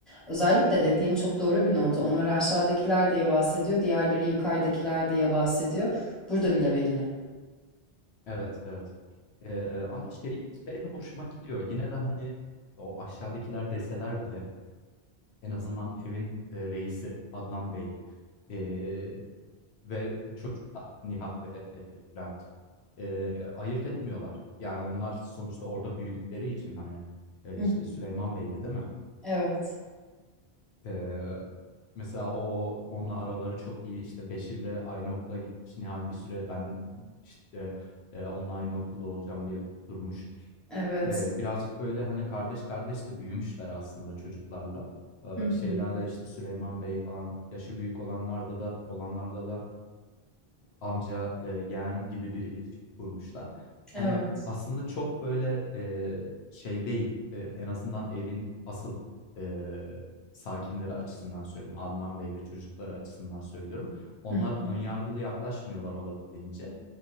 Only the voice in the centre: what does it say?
Özellikle dediğin çok doğru bir nokta. Onlar aşağıdakiler diye bahsediyor, diğerleri yukarıdakiler diye bahsediyor. Burada bile belli.
Hı.
Evet.
Evet.
Hı hı.
Evet.
Hı hı.